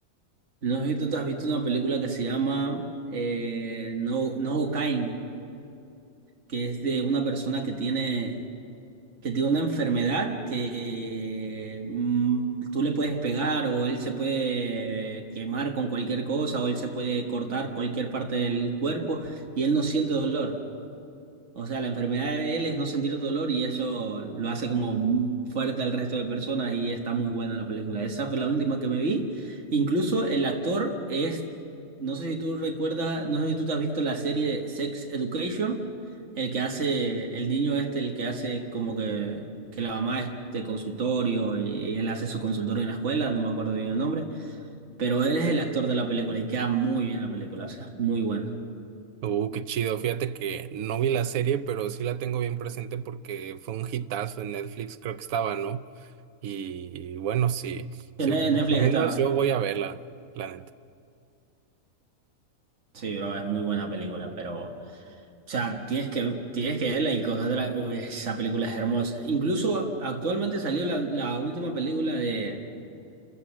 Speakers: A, on the right; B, on the right.
A: no sé si tú te has visto una película que se llama eh, No, No Kain, que es de una persona que tiene, que tiene una enfermedad que mm, tú le puedes pegar o él se puede quemar con cualquier cosa o él se puede cortar cualquier parte del cuerpo y él no siente dolor. O sea, la enfermedad de él es no sentir dolor y eso lo hace como m- fuerte al resto de personas y está muy buena la película. Esa fue la última que me vi. Incluso el actor es, no sé si tú recuerdas, no sé si tú te has visto la serie Sex Education, el que hace, el niño este, el que hace como que, que la mamá es de consultorio y él hace su consultorio en la escuela, no me acuerdo bien el nombre, pero él es el actor de la película y queda muy bien la película, o sea, muy buena.
B: Uh, qué chido. Fíjate que no vi la serie, pero sí la tengo bien presente porque fue un hitazo en Netflix, creo que estaba, ¿no? Y bueno, si, si
A: En en
B: me
A: Netflix
B: recomiendas,
A: está...
B: yo voy a verla, la neta.
A: Sí, bro, es muy buena película, pero, o sea, tienes que, tienes que verla y cosas de la, uy, esa película es hermosa. Incluso actualmente salió la, la última película de,